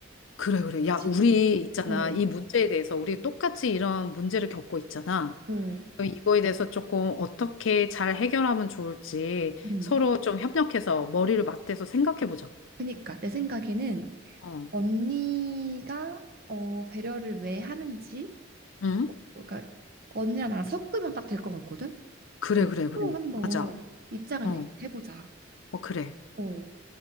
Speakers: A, on the left; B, on the right.
A: 그래, 그래. 야,
B: 그치.
A: 우리 있잖아.
B: 어,
A: 이 문제에 대해서 우리 똑같이 이런 문제를 겪고 있잖아.
B: 어,
A: 그럼 이거에 대해서 조금 어떻게 잘 해결하면 좋을지
B: 음.
A: 서로 좀 협력해서 머리를 맞대서 생각해 보자.
B: 그니까 내 생각에는
A: 어.
B: 언니가 어, 배려를 왜 하는지,
A: 응?
B: 어, 그러니까 언니랑 나랑 섞으면 딱 될 것 같거든.
A: 그래,
B: 그러니까
A: 그래, 그래.
B: 서로 한번
A: 맞아.
B: 입장을
A: 어.
B: 얘기해보자.
A: 어, 그래.
B: 어,